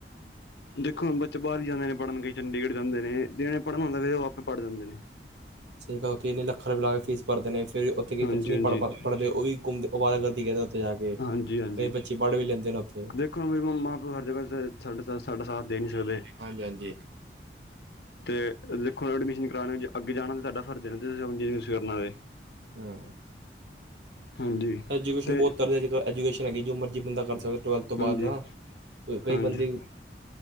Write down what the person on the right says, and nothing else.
ਸਹੀ ਗੱਲ ਉੱਥੇ ਇੰਨੇੱ ਲੱਖਾਂ ਰੁਪਏ ਲਾ ਕੇ ਫੀਸ ਭਰਦੇ ਨੇ, ਫਿਰ ਵੀ ਉੱਈ
ਬੱਚੇ ਨਹੀਂ
ਪੜ੍ਹ ਪਾ ਪੜ੍ਹਦੇ ਉਹ ਵੀ ਘੁੰਮਦੇ ਅਵਾਰਾਗਰਦੀ ਕਰਦੇ ਨਾ
ਕਈ ਬੱਚੇ ਪੜ ਵੀ ਰਿੰਦੇ ਉੱਥੇ
ਹਾਂਜੀ ਹਾਂਜੀ
ਹੂ
ਐਜੂਕੇਸ਼ਨ
ਬਹੁਤ ਤਰ ਅਜੱਲ ਐਜਕੇਸ਼ਨ ਹੈਗੀ, ਜੋ ਮਰਜ਼ੀੰਦਾ ਕਰ ਸਕਦਾ ਟਵੈਲਥ ਤੋਂ ਬਾਅਦ
ਨਾ ਕਈ
ਬੰਦੇ,